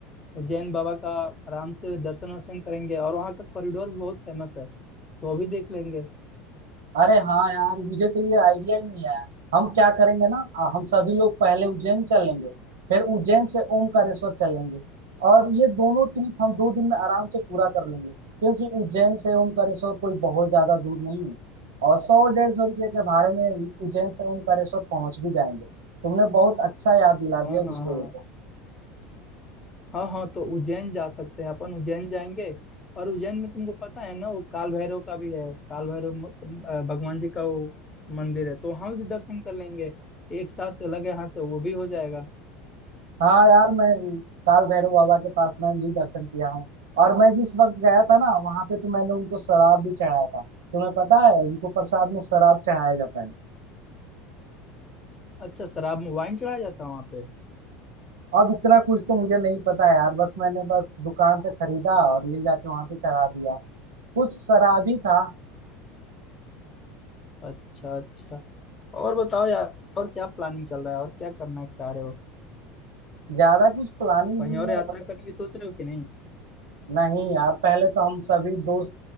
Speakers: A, on the left; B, on the right.
A: उज्जैन बाबा का आराम से दर्शन वर्शन करेंगे और वहाँ का कॉरिडोर भी बहुत फेमस है तो वो भी देख लेंगे
B: अरे हाँ यार मुझे तो ये आइडिया ही नहीं है हम क्या करेंगे ना आ, हम सभी लोग पहले उज्जैन चलेंगे फिर उज्जैन से ओमकारेश्वर चलेंगे और ये दोनों ट्रिप हम दो दिन में आराम से पूरा कर लेंगे क्योंकि उज्जैन से ओमकारेश्वर कोई बहुत ज्यादा दूर नहीं है और सौ डेढ़ सौ रुपये के भाड़े में उज्जैन से ओमकारेश्वर पहुंच भी जाएंगे तुमने बहुत अच्छा याद दिला
A: हाँ
B: दिया
A: हाँ
B: मुझको
A: हाँ
B: ये तो।
A: हाँ हाँ तो उज्जैन जा सकते हैं अपन उज्जैन जाएंगे और उज्जैन में तुमको पता है ना वो काल भैरव का भी है काल भैरव म- तुम, अ, भगवान जी का वो मंदिर है तो वहाँ भी दर्शन कर लेंगे एक साथ लगे हाथ तो वो भी हो जाएगा
B: हाँ यार मैं काल भैरव बाबा के पास मैं भी दर्शन किया हूँ और मैं जिस वक्त गया था ना वहां पे तो मैंने उनको शराब भी चढ़ाया था तुम्हें पता है उनको प्रसाद में शराब चढ़ाया जाता है
A: अच्छा शराब में वाइन चढ़ाया जाता है वहाँ पे
B: अब इतना कुछ तो मुझे नहीं पता यार बस मैंने बस दुकान से खरीदा और ले जाके वहां पे चढ़ा दिया कुछ शराब ही था
A: अच्छा अच्छा और बताओ यार और क्या प्लानिंग चल रहा है और क्या करना चाह रहे हो
B: ज्यादा कुछ प्लानिंग
A: कहीं
B: नहीं
A: और
B: है
A: यात्रा
B: बस
A: करने की सोच रहे हो कि नहीं
B: नहीं यार पहले तो हम सभी दोस्त